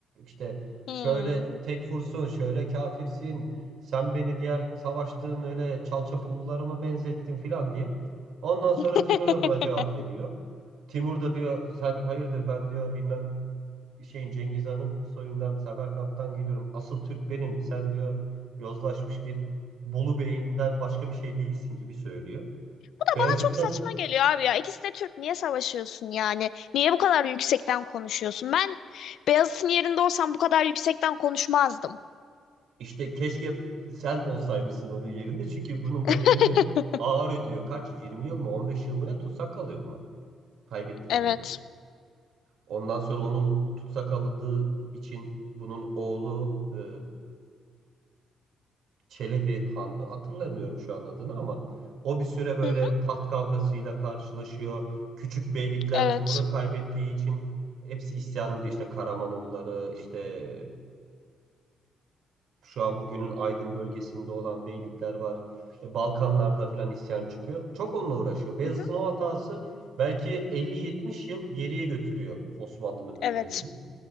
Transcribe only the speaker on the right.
İşte
şöyle tekfursun, şöyle kafirsin, sen beni diğer savaştığın öyle çalçapullularıma benzettin filan diye. Ondan sonra
Timur da buna cevap veriyor. Timur da diyor sen hayırdır ben diyor bilmem şeyin Cengiz Han'ın soyundan Semerkant'tan geliyorum. Asıl Türk benim. Sen diyor yozlaşmış bir Bolu Bey'inden başka bir şey değilsin gibi söylüyor.
Beyazıt
da
İşte keşke sen olsaymışsın onun yerinde. Çünkü bunun
bedelini ağır ödüyor. Kaç? 20 yıl mı 15 yıl mı ne tutsak kalıyor buna kaybettiğince.
Ondan sonra onun tutsak alındığı için bunun oğlu e, Çelebi Han'dı. Hatırlamıyorum şu an adını ama o bir süre böyle
taht kavgasıyla karşılaşıyor. Küçük beylikler
Timur'a kaybettiği için hepsi isyan ediyor. İşte Karamanoğulları, işte Şu an bugünün Aydın bölgesinde olan beylikler var. E, Balkanlarda falan isyan çıkıyor. Çok onunla uğraşıyor. Beyazıt'ın
o hatası belki 50-70 yıl geriye götürüyor Osmanlı'nın büyümesini.